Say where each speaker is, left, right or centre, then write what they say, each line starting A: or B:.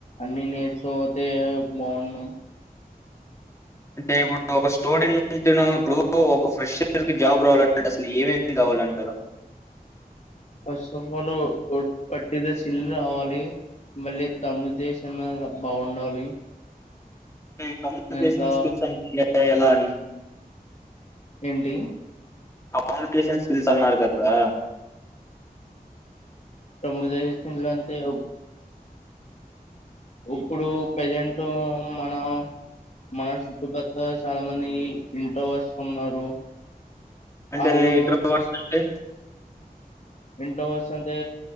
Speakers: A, on the left (about 45°); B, on the left (about 20°).
A: నేను నేర్చుకోకపోతే బావుండు.
B: అంటే ఇప్పుడు ఒక స్టూడెంట్కును ఇప్పుడు ఒక ఫ్రెష్ర్ జాబ్ రావాలంటే అసలు ఏమేమి కావాలి. పోలంటార.
A: ఫస్ట్ ఆఫ్ ఆల్ పట్టిదే చిల్లు రావాలి. మళ్ళీ తమిళ్ దేశం ల బాగుండాలి.
B: అంటే కమ్యూనికేషన్
A: ఇంత
B: స్కిల్స్ అంటే ఎలా అని.
A: ఏండి.
B: కమ్యూనికేషన్ స్కిల్స్ అన్నారు గదా.
A: సముదారి చిలాంతేయు. ఇప్పుడు ప్రెజెంటూ మన మన చుట్టుపక్కల చాలా మంది ఇంట్రో వాట్స్ ఉన్నారు
B: అంటే
A: ఆళ్ళు
B: ఇంట్రో వాడ్స్ అంటే
A: ఇన్ రివర్స్ అంటే